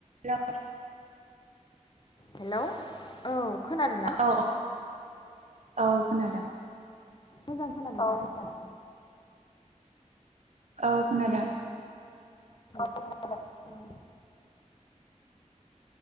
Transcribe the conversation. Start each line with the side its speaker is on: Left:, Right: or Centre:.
Right: हेल'
Left: hello औ खोनादोंना?
Right: औ औ खोनादों।
Left: मोजां खोनादों ना?
Right: औ खोनादों।
Left: <unintelligible>